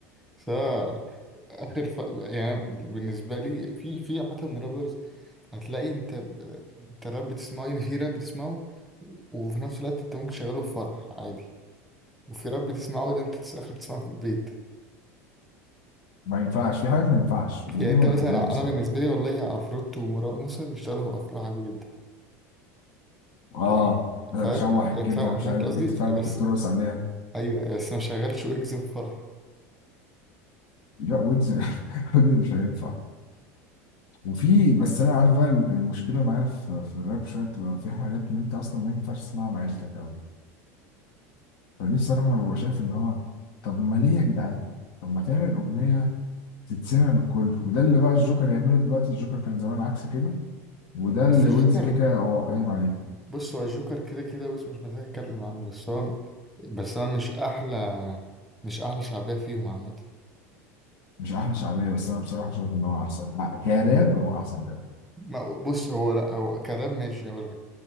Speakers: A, in the centre; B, on the left (about 65°).
A: سواء آخر ف... يعني بالنسبة لي في في عامة رابرز هتلاقي أنت أنت راب بتسمعه يعني في راب بتسمعه وفي نفس الوقت أنت ممكن تشغله في فرح عادي وفي راب بتسمعه ده أنت آخرك تسمعه في البيت
B: ما ينفعش في حاجات ما ينفعش ودي
A: يعني انت
B: ما
A: مثلا
B: بحبهاش بصراحه
A: انا بالنسبه لي والله عفروت ومروان موسى يشتغلوا افراح عادي جدا
B: اه
A: يعني
B: ده
A: فاهم
B: شوح الكبده
A: يعني فاهم
B: مش
A: فهمت
B: عارف
A: قصدي
B: ايه تفهم
A: بس
B: انت بترقص عليها
A: ايوه بس ما شغلش ويجز في فرح
B: لا ويجز <laughs> ويجز مش هينفع وفي بس انا عارف بقى المشكله معايا في في الراب شويه بتبقى في حاجات ان انت اصلا ما ينفعش تسمعها مع عيلتك قوي فدي الصراحة أنا ببقى شايف إن هو طب ما ليه يا جدعان؟ طب ما تعمل أغنية تتسمع من الكل وده اللي بقى الجوكر يعمله دلوقتي الجوكر كان زمان عكس كده وده
A: بس
B: اللي
A: الجوكر
B: ويجز كيكا هو قايم عليه
A: بص هو الجوكر كده كده بص مش محتاج اتكلم عنه بس هو بس انا مش احلى مش احلى شعبيه فيهم عامه
B: مش أحلى شعبية بس أنا بصراحة شايف إن هو أحسن أ- كراب هو أحسن راب
A: ما- بص هو لا هو كراب ماشي هقول لك